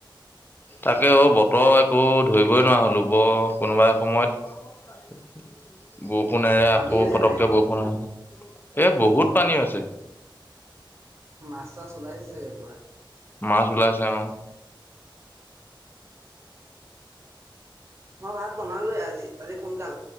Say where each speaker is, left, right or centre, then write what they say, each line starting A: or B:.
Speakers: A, on the left (about 25°); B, on the right (about 30°).
A: তাকে অ বতৰ একো ধৰিবই নোৱাৰা হ'লোঁ বৰ কোনোবাই সময়ত বৰষুণেৰে
B: পানী
A: আকৌ
B: হৈছে
A: পটককে
B: নাই সেইফালে?
A: বৰষুণ এ বহুত পানী আছে।
B: মাছ চাছ ওলাইছে চাগে? ধৰাই
A: মাছ ওলাইছে অ
B: মই ভাত বনালোজ আজি সোনকাল